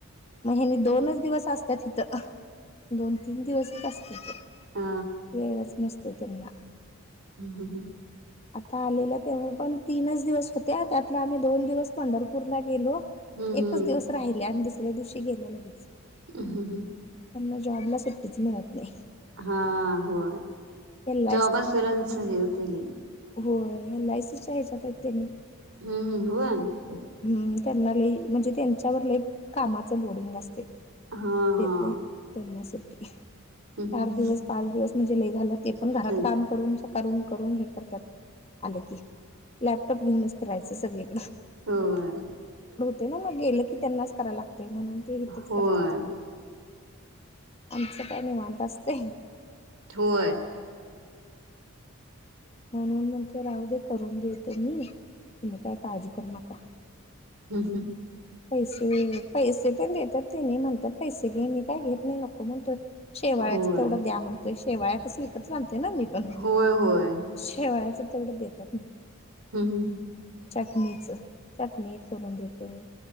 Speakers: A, on the left (about 30°); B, on the right (about 80°).
A: म ह्यांनी दोनच दिवस असत <unintelligible> दोन तीन दिवसच असत
B: हा
A: वेळच नसत. त त्यांना
B: हम् हम हम
A: आता आलेला तेव्हा पण तीनच दिवस होते त्यातला आम्ही दोन दिवस पंढरपूरला गेलो.
B: हम्म
A: एकच दिवस राहिले आणिस दुसऱ्या दिवशी गेल्या लगेच.
B: हम् हम हम
A: त्यांना जॉबला मिळत नाही.
B: हा हो
A: एल
B: जॉब असलेलाच हे होते ल
A: हो एल आय सीच् या ह्याच्यात त्यानी
B: हम्म हम् होन
A: हम्म त्यांना लई म्हणजे त्यांच्यावर लई कामाच लोडिंग असते
B: हा
A: देत
B: हा
A: नाही त्यांनासाठी चार
B: हम्म.
A: दिवस पाच दिवस म्हणजे ल घलत ते पण घरात
B: तेच
A: काम करून शकत करून करून घेत आ की लॅपटॉप घेऊनच फिरायच. अस सगळीकडें
B: होय
A: ते ना मग गेल त्यांनाच करायला लागते म्हणून ते इथेच
B: होय
A: करतात आमचं का निवांत असते.
B: होय
A: म्हणून म्हणते राहू दे करून देते मी. तुम्ही काय काळजी करू नका.
B: हं
A: पैसे, पैसे पण देतात ते नाही म्हणतात पैसे घे मी काय घेत नाही नको म्हणतोय. शेवाळ्याचं
B: होय
A: तेवढं द्या मंग पैश.. तेवाळ्या कसक <unintelligible> <unintelligible> ना मी पण
B: होय होय
A: शेवाळयाचं.. तेवढं देतात ना.
B: हं हं ह
A: चटनीचं चकले एक करून देतोय.